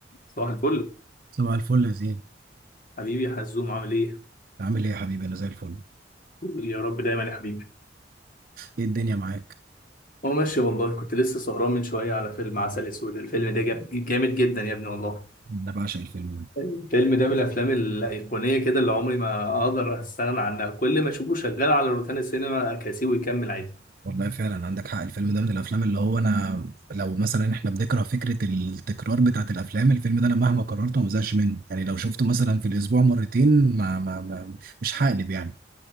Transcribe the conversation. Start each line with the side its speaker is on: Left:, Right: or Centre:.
Left: صباح الفل
Right: صباح الفل يا زين
Left: حبيبي يا حزوم عامل ايه؟
Right: عامل ايه يا حبيبي انا زي الفل
Left: قول يا رب دايما يا حبيبي
Right: ايه الدنيا معاك
Left: هو ماشي والله كنت لسه سهران من شويه على فيلم عسل اسود الفيلم ده جاب- جامد جدا يا ابني والله
Right: انا بعشق الفيلم ده
Left: الفيلم ده من الافلام الايقونيه كده اللي عمري ما اقدر استغنى عنها كل ما اشوفه شغال على روتانا السينما اكاسيه ويكمل عادي
Right: والله فعلا عندك حق الفيلم ده من الافلام اللي هو انا لو مثلا احنا بنكره فكره التكرار بتاعت الافلام الفيلم ده انا مهما قررته ما بزهقش منه يعني لو شفته مثلا في الاسبوع مرتين ما ما ما مش هقلب يعني